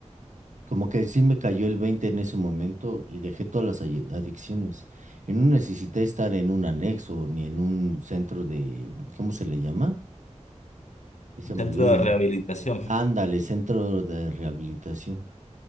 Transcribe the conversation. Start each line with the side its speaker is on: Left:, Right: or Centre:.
Right: Como que sí me cayó el 20 en ese momento y dejé todas las aye- adicciones. Y no necesité estar en un anexo ni en un centro de, ¿cómo se le llama? Y se me
Left: centro
Right: olvidó el
Left: de
Right: nombre.
Left: rehabilitación.
Right: Ándale, centro de rehabilitación.